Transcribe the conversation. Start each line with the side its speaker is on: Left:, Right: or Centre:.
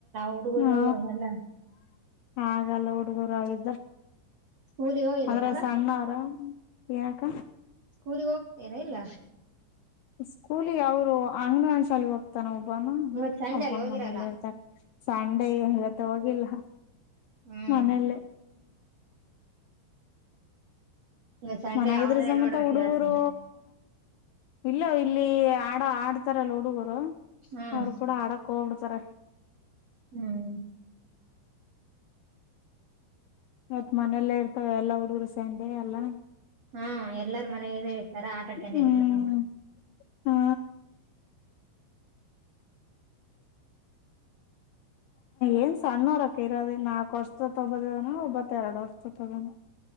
Right: ಹುಡುಗರು
Left: ಹಾ
Right: ಎಲ್ಲ
Left: ಹಾಗಲ್ಲ ಊ ಹುಡುಗೂರ ಎ
Right: ಸ್ಕೂಲಿಗೆ ಹೋಗಿಲ್ಲೇನಲ್ಲ
Left: ಅದ್ರ ಸಣ್ಣವರ ಏನಕ್ಕ
Right: ಸ್ಕೂಲಿಗೆ ಹೋಗ್ತಿರ ಇಲ್ಲ
Left: ಸ್ಕೂಲಿ ಅವ್ರು ಅಂಗ್ನವಾನ್ ಶಾಲೆಗೆ ಹೋಗ್ತಾನ ಒಬ್ಬನು
Right: ಇವತ್ ಸಂಡೆ
Left: ಒಬ್ಬನ
Right: ಅಲ್ಲಿ ಹೋಗಿರಲ್ಲ
Left: ಮನೆಯಲ್ಲ ಇರ್ತಾರೆ ಸಂಡೆ ಏನ್ ಇವತ್ತು ಹೋಗಿಲ್ಲ
Right: ಹ್ಮ್
Left: ಮನೇಲ
Right: ಇವತ್ ಸಂಡೆ
Left: ಮಾನ್ಯಾಗ್ ಇದ್ರ
Right: ಅವ್ರೇ
Left: ಸಮತ
Right: ನೋಡ್ಬೇಕು
Left: ಹುಡುಗರು
Right: ಇವತ್ ನೀನು
Left: ಇಲ್ಲ ಇಲ್ಲಿ ಆಡ ಆಡ್ತಾರಲ್ಲ ಹುಡುಗರು
Right: ಹ್ಮ್
Left: ಅವರು ಕೂಡ ಆಡಕ್ ಹೋಗಬಿಡ್ತಾರ
Right: ಹ್ಮ್
Left: ಇವತ್ ಮನೆಯಲ್ಲೇ ಇರ್ತವೆ ಎಲ್ಲಾ ಹುಡುಗರು ಸಂಡೆ ಎಲ್ಲಾ
Right: ಹಾ ಎಲ್ಲಾರ ಮನೆಗೆ ಇಡ್ತಾರ ಆಟ ಆಡ್ಕಂತ
Left: ಹ್ಮ್
Right: ಇರ್ತಾರಾ
Left: ಹಾ ಏನ್ ಸಣ್ಣರಕ್ ಇರೋದ ನಾಲ್ಕು ವರ್ಷದ ತಗೋದದಾನ ಒಬತ್ತ ಎರಡು ವರ್ಷದ ತೊಗೋನ